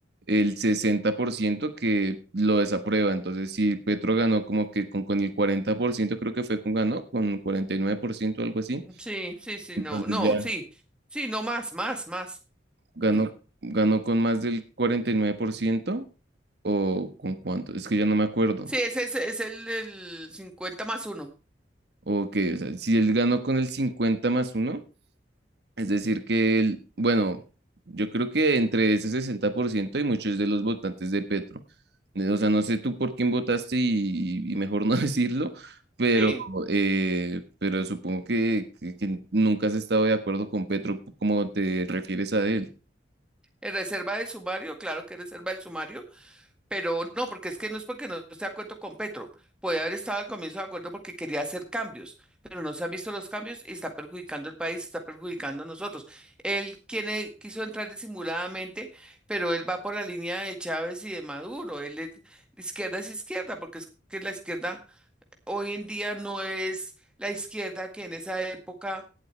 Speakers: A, on the right; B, in the centre.
A: el 60% que lo desaprueba. Entonces, si Petro ganó como que con, con el 40%, creo que fue con ganó, con 49% o algo así.
B: Sí, sí, sí,
A: Entonces
B: no, no,
A: ya
B: sí, sí, no más, más, más.
A: ganó,
B: Mm.
A: ganó con más del 49% o con cuánto, es que ya no me acuerdo.
B: Sí, ese es, es el, el 50 más uno.
A: O que, o sea, si él ganó con el 50 más uno Es decir, que él, bueno, yo creo que entre ese 60% hay muchos de los votantes de Petro. Ne- O sea, no sé tú por quién votaste y, y mejor no <laughs> decirlo, pero,
B: Sí,
A: eh, pero supongo que, que- que nunca has estado de acuerdo con Petro como te refieres a él,
B: en reserva del sumario, claro que es reserva del sumario, pero no, porque es que no es porque no esté de acuerdo con Petro. Puede haber estado al comienzo de acuerdo porque quería hacer cambios, pero no se han visto los cambios y está perjudicando el país, está perjudicando a nosotros. Él quiere, quiso entrar disimuladamente, pero él va por la línea de Chávez y de Maduro. Él es, la izquierda es izquierda, porque es que la izquierda hoy en día no es la izquierda que en esa época